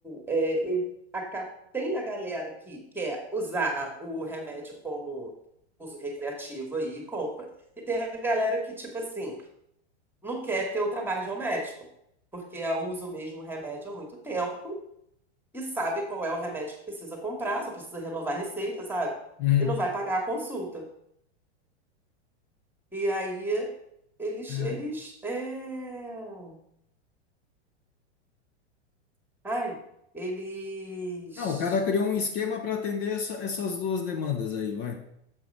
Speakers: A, in the centre; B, on the left.
A: é, ele aca- tem a galera que quer usar o remédio como uso recreativo aí, e compra, e tem a galera que, tipo assim, não quer ter o trabalho de um médico, porque a usa o mesmo remédio há muito tempo e sabe qual é o remédio que precisa comprar, só precisa renovar a receita, sabe?
B: Uhum.
A: E não vai pagar a consulta. E aí eles,
B: É.
A: eles, é... ai, eles,
B: Não, o cara criou um esquema para atender essa- essas duas demandas aí, vai.